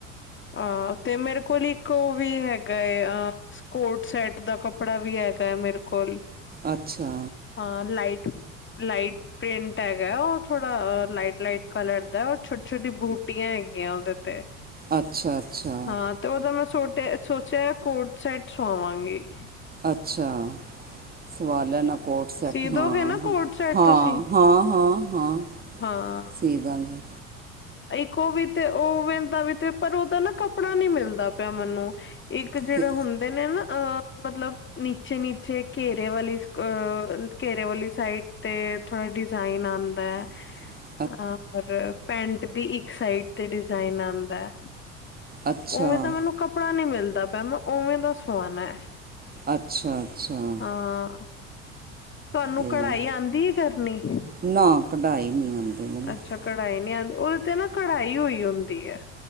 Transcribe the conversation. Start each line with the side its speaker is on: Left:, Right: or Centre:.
Left: ਆ ਤੇ ਮੇਰੇ ਕੋਲ ਇੱਕ ਉਹ ਵੀ ਹੈਗਾ ਅ ਕੋਟ ਸੈਟ ਦਾ ਕੱਪੜਾ ਵੀ ਹੈਗਾ ਹੈ, ਮੇਰੇ ਕੋਲ।
Right: ਅੱਛਾ।
Left: ਹਾਂ ਲਾਈਟ, ਲਾਈਟ ਪ੍ਰਿੰਟ ਹੈਗਾ ਉਹ ਥੋੜਾ ਲਾਈਟ-ਲਾਈਟ ਕਲਰ ਦਾ। ਛੋਟੀ-ਛੋਟੀ ਬੂਟੀਆਂ ਹੈਗੀਆਂ ਉਹਦੇ ਤੇ।
Right: ਅੱਛਾ-ਅੱਛਾ।
Left: ਹਾਂ ਤੇ ਉਹਦਾ ਮੈਂ ਸੋਟਿਆ ਸੋਚਿਆ ਕੋਟ ਸੈਟ ਸਆਵਾਂਗੀ।
Right: ਅੱਛਾ। ਸਵਾ ਲੈਨਾ ਕੋਟ ਸੈਟ
Left: ਸੀ
Right: ਹਾ,
Left: ਦੋਗੇ ਨਾ ਕੋਟ ਸੈਟ
Right: ਹਾ-ਹਾਂ
Left: ਤੁਸੀਂ
Right: ਹਾਂ-ਹਾਂ।
Left: ਹਾਂ।
Right: ਦੇ ਦਾਂਗੀ।
Left: ਇੱਕ ਉਹ ਵੀ ਤੇ, ਉਹਦਾ ਵੀ ਤੇ ਪਰ ਉਹਦਾ ਨਾ ਕੱਪੜਾ ਨੀ ਮਿਲਦਾ ਪੇਆ ਮੈਨੂੰ ਇੱਕ ਜਿਹੜੇ
Right: ਕਿ
Left: ਹੁੰਦੇ ਨੇ ਨਾ ਅ ਮਤਲਬ ਨੀਚ ਫੇਰ ਨੀਚੇ ਘੇਰੇ ਵਾਲੀ, ਘੇਰੇ ਵਾਲੀ ਸਾਈਡ ਤੇ ਥੋੜਾ ਡਿਜ਼ਾਇਨ ਆਉਂਦਾ ਐ।
Right: <unintelligible>
Left: ਔਰ ਪੈਂਟ ਦੀ ਇੱਕ ਸਾਈਡ ਤੇ ਡਿਜ਼ਾਇਨ ਆਉਂਦਾ ਐ।
Right: ਅੱਛਾ
Left: ਉਵੇਂ ਦਾ ਮੈਨੂੰ ਕੱਪੜਾ ਨੀ ਮਿਲਦਾ ਪਿਆ ਮੈਂ ਉਵੇਂ ਦਾ ਸਆਣਾ ਐ।
Right: ਅੱਛਾ-ਅੱਛਾ।
Left: ਹਾਂ ਤੁਹਾਨੂੰ
Right: ਤੇ
Left: ਕਢਾਈ ਆਉਂਦੀ ਹੈ ਕਰਨੀ।
Right: ਨਾ ਕਢਾਈ ਨਹੀਂ ਆਉਂਦੀ। ਮੈਨੂੰ
Left: ਅੱਛਾ ਕਢਾਈ ਨਹੀਂ ਆਉਂਦੀ ਉਹਦੇ ਤੇ ਨਾ ਕਢਾਈ ਹੋਈ ਹੁੰਦੀ ਹੈ।